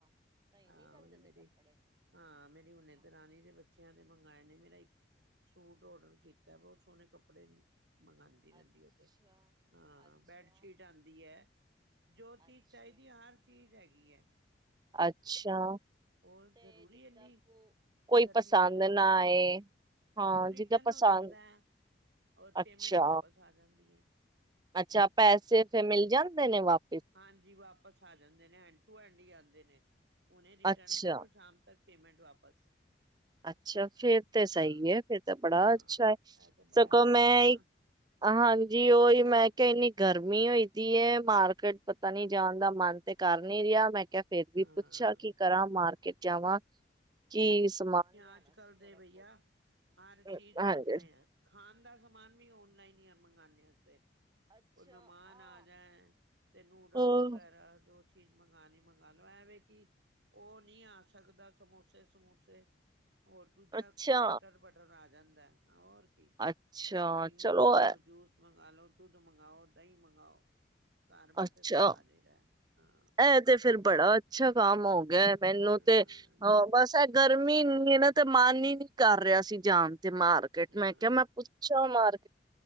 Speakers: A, on the right (about 70°); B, on the right (about 20°).
A: ਹਾਂ ਉਹਨੇ ਮੇਰੀ ਹਾਂ ਮੇਰੀ ਹੁਨੇ ਤੇ ਰਾਣੀ ਦੇ ਬੱਚੇ ਬੱਚਿਆਂ ਦੇ ਮੰੰਗਵਾਏ ਨੇ ਮੇਰਾ ਇੱਕ ਸੂਟ ਔਡਰ ਕੀਤਾ ਬਹੁਤ ਸੋਹਣੇ ਕੱਪੜੇ ਮੰਗਵਾਉਂਦੀ ਰਹਿੰਦੀ ਉਹ ਤੇ ਹਾਂ ਬੈਡਸ਼ੀਟ ਆਉਂਦੀ ਹੈ ਜੋ ਚੀਜ਼ ਚਾਹੀਦੀ ਹੈ ਹਰ ਚੀਜ਼ ਹੈਗੀ ਹੈ
B: ਅੱਛਾ
A: ਉਹ ਜ਼ਰੂਰੀ ਇੰਨੀ
B: ਕੋਈ
A: ਗਰਮੀ
B: ਪਸੰਦ
A: 'ਚ ਜਾਣਾ
B: ਨਾ ਆਏ ਹਾਂ
A: ਉਹ ਰਿਟਰਨ
B: ਜਿੱਦਾਂ ਪਸੰਦ
A: ਹੋ ਜਾਂਦਾ ਹੈ ਔਰ
B: ਅੱਛਾ
A: ਪੇਮੈਂਟ ਵਾਪਸ ਆ ਜਾਂਦੀ ਹੈ
B: ਅੱਛਾ ਪੈਸੇ ਫਿਰ ਮਿਲ ਜਾਣ ਨੇ ਵਾਪ
A: ਹਾਂਜੀ ਵਾਪਸ ਆ ਜਾਂਦੇ ਨੇ ਹੈਂਡ ਟੂ ਹੈਂਡ ਹੀ ਆ ਨੇ ਹੁਨੇ ਰਿਟਰਨ
B: ਅੱਛਾ
A: ਕਰੋ ਸ਼ਾਮ ਤੱਕ ਪੇਮੈਂਟ ਵਾਪਸ।
B: ਅੱਛਾ ਫੇਰ ਤੇ ਸਹੀ
A: ਹਾਂ
B: ਹੈ ਫੇਰ ਤਾਂ ਬੜਾ
A: ਹਾਂ
B: ਅੱਛਾ ਹੈ
A: ਇਹ ਤੇ ਬੜਾ
B: ਸਗੋਂ
A: ਆਰਾਮ
B: ਮੈਂ
A: ਐ ਨਾ
B: ਹਾਂਜੀ ਉਹੀ ਮੈਂ ਕਿਹਾ ਇੰਨੀ ਗਰ ਗਰਮੀ ਹੋਈ ਦੀ ਹੈ ਮਾਰਕੀਟ ਪਤਾ ਨੀ ਜਾਣ ਦਾ ਮਨ ਤੇ ਕਰ ਨਹੀਂ ਰਿਹਾ ਮੈਂ ਕਿਹਾ ਫੇਰ ਵੀ
A: ਹਾਂ
B: ਪੁੱਛਾ ਕਿ ਕਰਾਂ ਮਾਰਕੀਟ ਜਾਵਾਂ? ਕੀਸ।
A: ਅੱਜ ਕੱਲ ਦੇ ਬਈਆ ਹਰ
B: ਅਮ,
A: ਚੀਜ਼ ਓਨਲਾਈਨ
B: ਹਾਂਜੀ
A: ਹੈ। ਖਾਣ ਦਾ ਸਮਾਨ ਵੀ ਔਨਲਾਈਨ ਹੀ ਮੰਗਵਾਉਂਦੇ ਹਾਂ ਅਸੀ ਤੇ। ਕੋਈ ਮਹਿਮਾਨ ਆ ਜਾਏ ਤੇ ਨੂਡਲਸ
B: ਅਮ,
A: ਵਗੈਰਾ ਜੋ। ਚੀਜ਼ ਮੰਗਾਨੀ ਮੰਗਵਾ ਲਓ ਐ ਵੇਂ ਕਿ ਉਹ ਨਹੀ ਆ ਸਕਦਾ ਸਮੋਸਾ ਸਮੋਸੇ ਸਮੁਸੇ। ਹੋਰ ਦੁਜਾ
B: ਅੱਛਾ
A: ਚਟਰ ਬਟਰ ਆ ਜ ਜਾਂਦਾ ਹੋਰ। ਕੀ
B: ਅੱਛਾ
A: ਕੋਲਡ ਡ੍ਰਿੰਕ
B: ਚਲੋ
A: ਮੰਗਾ ਲੋ
B: ਐ-
A: ਜੂਸ ਮੰਗ ਮੰਗਲੋ ਦੁੱਧ ਮੰਗਾਓ ਦਹੀਂ ਮੰਗਾਓ। ਘਰ ਬੈਠੇ
B: ਅੱਛਾ
A: ਸਭ ਹਾਜਿਰ ਹੈ। ਹਾਂ
B: ਇਹ ਤੇ ਫੇਰ ਬੜਾ ਅੱਛਾ ਕੰਮ ਹੋ ਗਿਆ ਮੈਨੂੰ
A: ਹਾਂ
B: ਤੇ ਅ ਬਸ ਇਹ ਗਰਮੀ ਇੰਨੀ ਏ ਨਾਂ ਤੇ ਮਨ ਹੀ ਨਹੀ ਕਰ ਰਿਹਾ ਸੀ ਜਾਨ ਮਾਰਕੀਟ ਮੈਂ
A: ਹਾਂ
B: ਕਿਹਾ ਮੈਂ ਪੁੱਛਾਂ ਮਾਰ